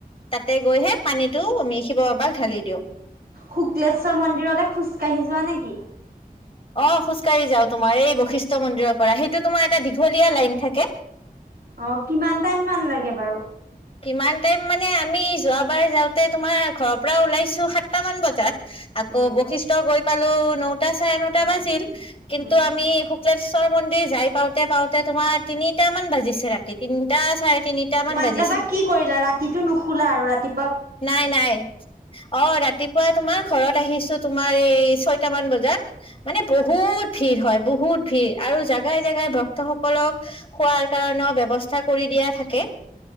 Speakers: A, on the left (about 35°); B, on the right (about 75°).
A: তাতে গৈ হে পানীটো শিৱ বাবাক ঢালি দিওঁ
B: শুক্লেশ্বৰ মন্দিৰলে খোজকাঢ়ি যোৱা নেকি
A: অ খোজ কাঢ়ি যাও তোমাৰ এই বৈশিষ্ট্য মন্দিৰৰ পৰা সেইটো তোমাৰ এটা দীঘলীয়া লাইন থাকে
B: অ কিমান টাইম মান লাগে বাৰু
A: কিমান টাইম মানে আমি যোৱাবাৰ যাওঁতে তোমাৰ ঘৰৰ পৰা ওলাইছোঁ সাতটামান বজাত আকৌ
B: উম
A: বৈশিষ্ট্য গৈ পালো নটা চাৰে নটা বাজিল কিন্তু
B: উম
A: আমি শুক্লেশ্বৰ মন্দিৰ যাই পাওঁতে পাওঁতে তোমাৰ তিনিটা মান বাজিছে তিনিটা চাৰে তিনিটা মান
B: ইমান
A: বাজিছে
B: তাৰপা কি কৰিলা ৰাতিটো নুশুলা আৰু ৰাতি
A: নাই নাই অ ৰাতিপুৱা তোমাৰ ঘৰত আহিছো তোমাৰ এই ছয়টা মান বজাত মানে বহুত ভিৰ হয় বহুত ভিৰ আৰু জাগাই জাগা জাগাই ভক্তসকলক খোৱাৰ কাৰণেও ব্যৱস্থা কৰি দিয়া থাকে